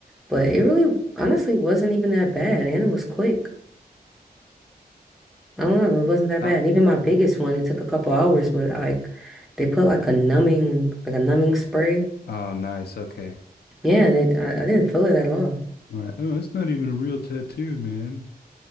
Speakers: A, in the centre; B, on the left.
A: But it really, honestly, wasn't even that bad, and it was quick. I don't know. it wasn't that
B: How,
A: bad. And even my biggest one, it took a couple hours, but like they put like a numbing, like a numbing spray.
B: oh, nice. Okay.
A: Yeah, and it, I, I didn't feel it at all.
B: Right. Oh, it's not even a real tattoo, man.